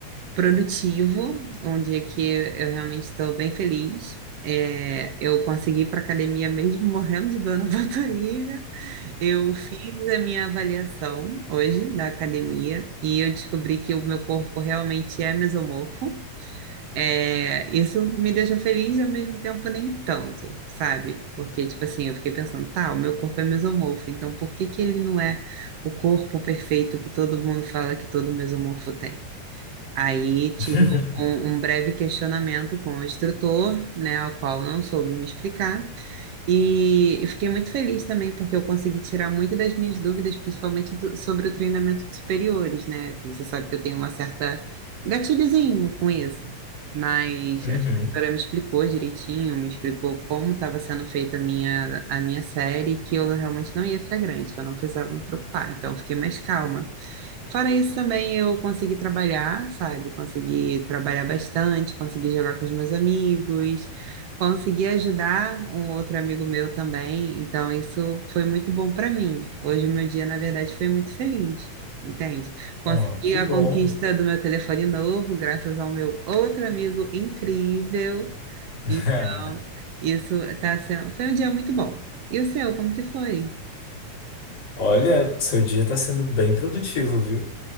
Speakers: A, on the right; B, on the left.
A: produtivo, um dia que eu realmente estou bem feliz, É, eu consegui ir para academia mesmo morrendo de dor na <laughs> panturrilha, eu fiz a minha avaliação hoje da academia e eu descobri que o meu corpo realmente é mesomorfo, É, isso me deixou feliz e ao mesmo tempo nem tanto, sabe? Porque, tipo assim, eu fiquei pensando, tá, o meu corpo é mesomorfo, então por que que ele não é o corpo perfeito que todo mundo fala que todo mesomorfo tem? Aí
B: <laughs>
A: tive um, um breve questionamento com o instrutor, né, ao qual eu não soube me explicar. E eu fiquei muito feliz também, porque eu consegui tirar muito das minhas dúvidas, principalmente do- sobre o treinamento de superiores, né? Que você sabe que eu tenho uma certa gatilhozinho com isso. Mas
B: Uhum.
A: a instrutora me explicou direitinho, me explicou como estava sendo feita a minha, a minha série, que eu realmente não ia ficar grande, que eu não precisava me preocupar. Então, eu fiquei mais calma. Fora isso, também eu consegui trabalhar, sabe? Consegui trabalhar bastante, consegui jogar com os meus amigos, consegui ajudar um outro amigo meu também. Então, isso foi muito bom para mim. Hoje, o meu dia, na verdade, foi muito feliz, entende? Consegui
B: Oh, que
A: a
B: bom.
A: conquista do meu telefone novo, graças ao meu outro amigo incrível.
B: <laughs>
A: Então, isso tá sendo... foi um dia muito bom. E o seu, como que foi?
B: Olha, seu dia tá sendo bem produtivo, viu?